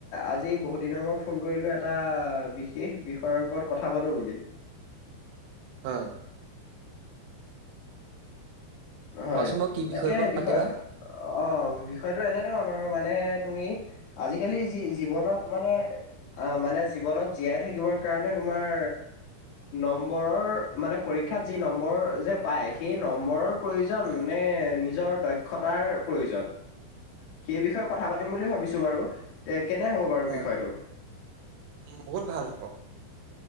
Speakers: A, on the left; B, on the right.
A: আজি বহুত দিনৰ মূৰত ফোন কৰিলো এটা বিশেষ বিষয়ৰ ওপৰত কথা পাতো বুলি।
B: <inaudible> হয়
A: হয়,
B: কোৱাচোন বাৰু কি
A: তাকে
B: বিষয়ৰ ওপৰত
A: বিষয়
B: পাতিবা
A: অ বিষয়টো এনে ধৰণৰ মানে তুমি আজিকালি যি জীৱনত মানে আহ, মানে জীৱনত জীয়াই থাকিবৰ কাৰণে তোমাৰ নম্বৰৰ মানে পৰীক্ষাত যি নম্বৰ যে পায় সেই নম্বৰৰ প্ৰয়োজন
B: হয়
A: নে নিজৰ দক্ষতাৰ প্ৰয়োজন? সেই বিষয়ে কথা পাতিম বুলি ভাবিছো বাৰু। তে কেনে হ'ব বাৰু
B: হয়
A: বিষয়টো?
B: উম, বহুত ভাল হ'ব